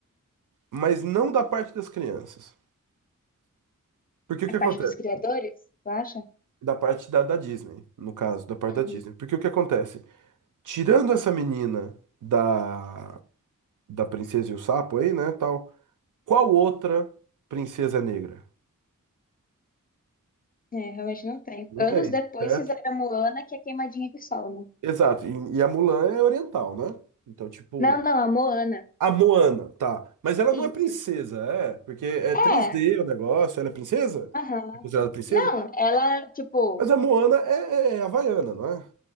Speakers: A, on the right (about 75°); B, on the left (about 30°).
A: mas não da parte das crianças. Porque o
B: É
A: que
B: parte
A: acontece?
B: dos criadores, tu acha?
A: Da parte da, da Disney, no caso, da parte
B: Uhum.
A: da Disney. Porque o que acontece? Tirando essa menina da, da Princesa e o Sapo aí, né, tal, qual outra princesa é negra?
B: É, realmente não tem.
A: Não
B: Anos
A: tem,
B: depois
A: certo?
B: fizeram a Moana, que é queimadinha de sol, né?
A: Exato. E, e a Mulan é oriental, né? Então, tipo,
B: Não, não, a Moana.
A: a Moana, tá. Mas ela
B: Isso.
A: não é princesa, é, porque é
B: É,
A: três d o negócio, ela é princesa?
B: aham.
A: É considerada princesa?
B: Não, ela, tipo,
A: Mas a Moana é, é é havaiana, não é?